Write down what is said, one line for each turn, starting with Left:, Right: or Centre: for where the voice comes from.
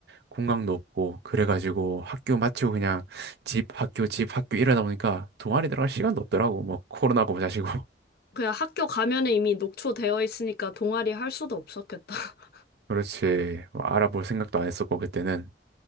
Right: 공강도 없고 그래가지고 학교 마치고 그냥 집 학교 집 학교 이러다 보니까 동아리 들어갈 시간도 없더라고 뭐 코로나고 뭐자시고
Left: 그냥 학교 가면은 이미 녹초되어 있으니까 동아리 할 수도 없었겠다. <laughs>
Right: 그렇지. 뭐 알아볼 생각도 안 했었고, 그때는.